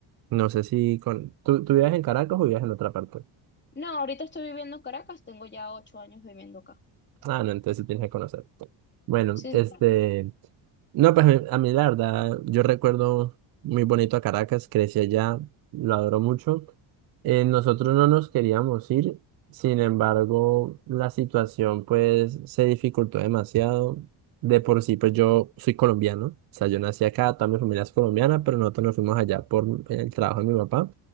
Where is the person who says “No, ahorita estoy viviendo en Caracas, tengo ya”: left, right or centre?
Left